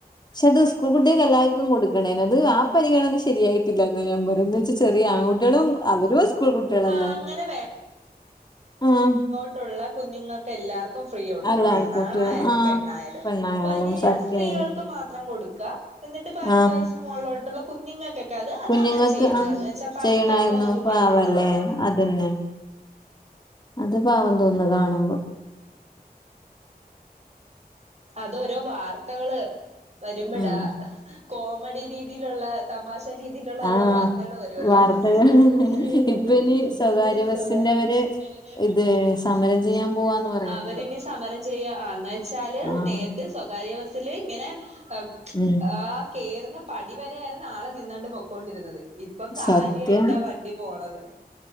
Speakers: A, on the left (about 25°); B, on the right (about 45°).
A: പക്ഷെ അത് സ്കൂൾ കുട്ടികൾക്ക് എല്ലാവർക്കും കൊടുക്കണേനു അത് ആ പരിഗണന ശരിയായിട്ടില്ലന്നാ ഞാൻ പറയുന്നത് ചെറിയ ആൺകുട്ടികളും അവരും സ്കൂൾ കുട്ടികളല്ലേ
B: ആഹ് അങ്ങനെ
A: ആഹ്
B: ട്ടോള്ള കുഞ്ഞുങ്ങൾക്കെല്ലാർക്കും ഫ്രീ കൊടുക്കണായിരുന്നു
A: എല്ലാർക്കും
B: ആണായാലും
A: ഫ്രീ ആ
B: പെണ്ണായാലും
A: പെണ്ണായാലും
B: വലിയ
A: സത്യായാലും
B: സ്ത്രീകൾക്ക് മാത്രം കൊടുക്ക എന്നിട്ട് പതിനെട്ട്
A: ആ
B: വയസ്സ് മോളിലോട്ടുള്ള കുഞ്ഞുങ്ങൾക്കൊക്കെ അത്
A: കുഞ്ഞുങ്ങൾക്ക്
B: അങ്ങനെ ചെയ്യണായിരുന്നു
A: ആ
B: എന്നുവെച്ചാൽ പഠിക്കാൻ
A: ചെയ്യണായിരുന്നു
B: പോകുന്ന കുട്ടികളാണല്ലോ
A: പാവല്ലേ അതന്നെ അത് പാവം തോന്നുന്നു കാണുമ്പോ
B: അതോ ഓരോ വാർത്തകള് വരുമ്പോഴാ
A: ഉം
B: കോമഡി രീതിയിലുള്ള തമാശ രീതിയിലുള്ള ഓരോ
A: ആഹ്
B: വാർത്തകള് വരുവല്ലോ
A: വാർത്തകൾ
B: ആ വാർത്തകള്
A: ഇപ്പൊ ഇനി സ്വകാര്യ
B: ഇനി
A: ബസ്സിന്റെ
B: സ്വകാര്യ
A: അവര്
B: ബസ്സിന്റെ
A: ഇത്
B: <unintelligible> ഇത്
A: സമരം ചെയ്യാൻ
B: സമരത്തിന്
A: പോവാന്ന് പറയുന്നുണ്ട്
B: അവര് ഇനി സമരം ചെയ്യാ ആ എന്ന് വെച്ചാല്
A: ആഹ്
B: നേരത്തെ സ്വകാര്യ ബസ്സില് ഇങ്ങനെ ആഹ്
A: ഉം
B: ആഹ് കേയറുന്ന പടി വരെ ആയിരുന്നു ആള് നിന്നോണ്ട് പൊക്കൊണ്ടിരുന്നത് ഇപ്പൊ കാലി
A: സത്യം
B: ആയിട്ടാ വണ്ടി പോണത്